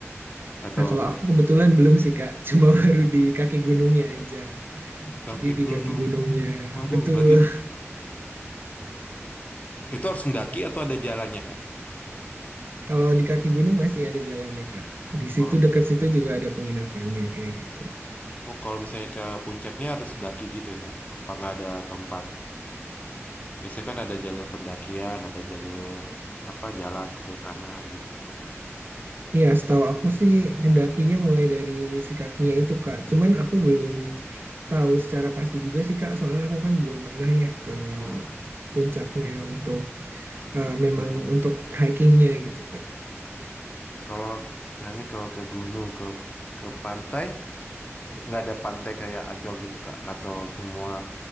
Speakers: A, on the left; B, on the right.
A: Atau
B: Nah, kalau aku kebetulan belum sih Kak, cuma
A: hmm,
B: <laughs> baru di kaki gunungnya aja.
A: kaki
B: Jadi di
A: gunung?
B: kaki gunungnya.
A: Waduh,
B: Betul.
A: berarti itu harus mendaki atau ada jalannya, Kak?
B: Kalau di kaki gunung masih ada jalannya Kak. Di situ
A: Kalau
B: dekat situ juga ada penginapannya kayak gitu.
A: oh, kalau misalnya ke puncaknya harus daki gitu ya, Kak? Kalau nggak ada tempat. Biasanya kan ada jalur pendakian, ada jalur apa jalan ke sana gitu.
B: Iya, setahu aku sih ngedakinya mulai dari si kakinya itu Kak. Cuman aku belum tahu secara pasti juga sih Kak, soalnya aku kan belum pernah ya ke
A: Hmm.
B: puncaknya untuk
A: Untuk
B: eh, memang
A: view.
B: untuk hikingnya gitu.
A: Kalau ke- misalnya kalau ke gunung ke ke pantai nggak ada pantai kayak Ancol gitu Kak atau semua